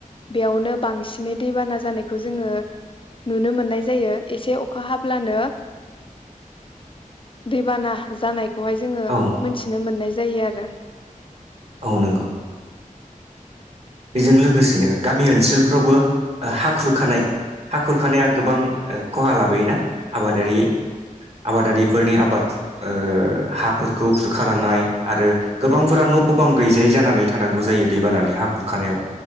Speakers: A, on the left (about 40°); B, on the right (about 45°).
A: बेयावनो बांसिनै दैबाना जानायखौ जोङो नुनो मोननाय जायो एसे अखा हाब्लानो दैबाना जा बेखौहाय जोङो
B: औ
A: मोनथिनो मोननाय जायो आरो
B: औ नंगौ बेजों लोगोसेनो गामि ओनसोलफोरावबो हा खुरखानाय हा खुरखानाया गोबां खहा लाबोयोना आबादारि आबादारिफोरनि आबाद ओ हाफोरखौ खुरखालांनाय आरो गोबांफोरा न' न' बां गैजायै जानानै थानांगौ जायो दैबानानानै हा खुरखानायाव